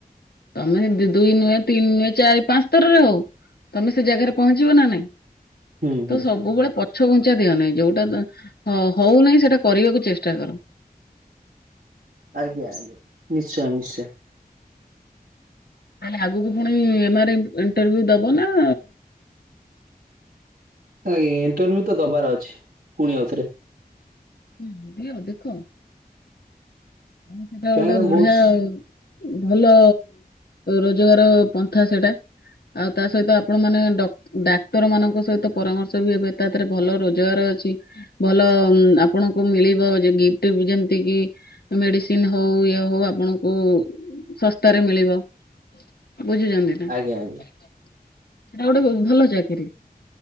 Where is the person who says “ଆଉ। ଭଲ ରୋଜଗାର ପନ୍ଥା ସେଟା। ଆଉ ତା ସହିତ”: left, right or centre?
Left